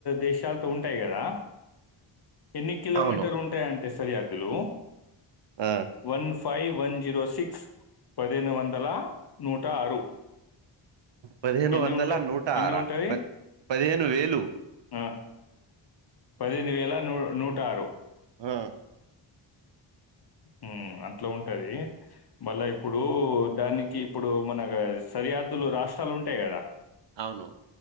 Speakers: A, on the left; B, on the right.
A: దేశాలతో ఉంటాయి కదా ఎన్ని కిలోమీటర్
B: అవును
A: ఉంటాయ అంటే సరి అద్దులు
B: ఆ
A: వన్ ఫో ఫైవ్ వన్ జీరో సిక్స్ పదిహేను వందల నూట ఆరు
B: పదిహేను
A: ఎన్ని
B: వందల
A: ఉంటాయి
B: నూట
A: ఎన్ని
B: ఆరా
A: ఉంటది
B: ప పదిహేను వేలు
A: ఆ పదిహేను వేల నూ నూట ఆరు
B: ఆ
A: మ్మ్ అట్ల ఉంటది మళ్ళా ఇప్పుడు దానికి ఇప్పుడు మనగా సరిహద్దులు రాష్ట్రాలు ఉంటాయి కదా
B: అవును